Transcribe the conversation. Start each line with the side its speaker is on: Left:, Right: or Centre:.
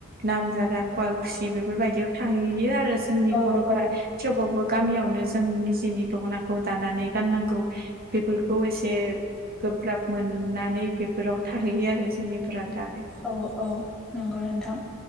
Right: नामजादा कुवालकुसि बेफोरबायदियाव थाहैयो आरो जोंनि
Centre: औ
Right: बर'फोरा
Centre: औ
Right: थेवबाबबो गामियावनो जों निजेनि दखनाखौ दानानै गाननांगौ बेफोरखौ एसे गोब्राब मोननानै बेफोराव थाहैयो आरो जोंनिफोरा दानो
Centre: औ औ नंगौ नोंथां